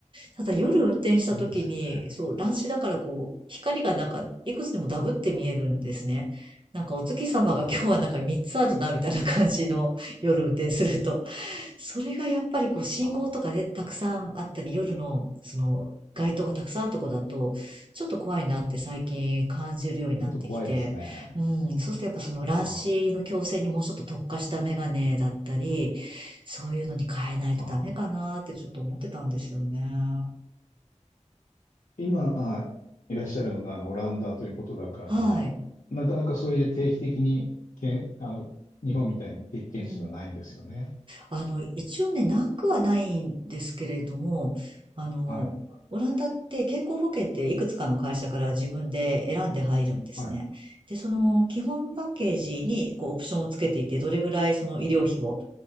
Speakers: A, on the right; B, on the left.
A: ただ夜運転した時に、
B: そうですよね。
A: そう、乱視だからこう、光がなんかいくつでもダブって見えるんですね。なんかお月様が今日はなんか3つあるなみたいな感じの夜運転すると。
B: あー
A: それがやっぱりこう信号とかでたくさんあったり、
B: あ <laughs>
A: 夜のその街灯がたくさんあるとこだと、ちょっと怖いなって最近感じるようになってきて、
B: ちょっと怖いですね。
A: うん、そうするとやっぱその乱視の矯正にもうちょっと特化したメガネだったり、
B: あー
A: そういうのに変えないとダメかなってちょっと思ってたんですよね。
B: あー
A: うん、
B: 今いらっしゃるのがあのオランダということだから、
A: はい。
B: なかなかそういう定期的にけん、あの、日本みたいに定期検診はないんですよね。
A: うん。あの、一応ね、なくはないんですけれども、あの、
B: はい。
A: オランダって健康保険っていくつかの会社から自分で選んで入るんですね。
B: はい。
A: で、その基本パッケージにこうオプションをつけていて、どれぐらいその医療費を